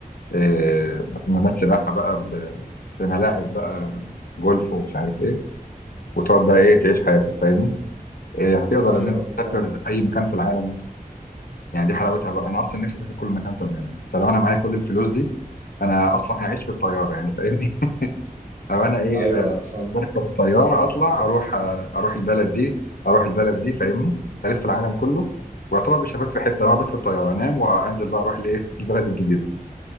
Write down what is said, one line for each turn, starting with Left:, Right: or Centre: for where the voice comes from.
Left: آه، بحمامات سباحه بقى ب- بملاعب بقى جولف ومش عارف ايه وتقعد بقى ايه تعيش حياتك فاهمني آه، هتقدر
Right: ايوه
Left: ان انت تسافر
Right: فاهم
Left: اي مكان في العالم يعني دي حلاوتها بقى انا اصلا نفسي اسافر كل مكان في العالم فلو انا معايا كل الفلوس دي انا اصلا هعيش في الطياره يعني فاهمني او انا ايه
Right: ايوه
Left: آه،
Right: فاهم
Left: بركب الطياره اطلع اروح آه، اروح البلد دي اروح البلد دي فاهمني الف العالم كله ويعتبر مش هبات في حته انا هبات في الطياره انام وانزل بقى اروح لايه <laughs> البلد الجديده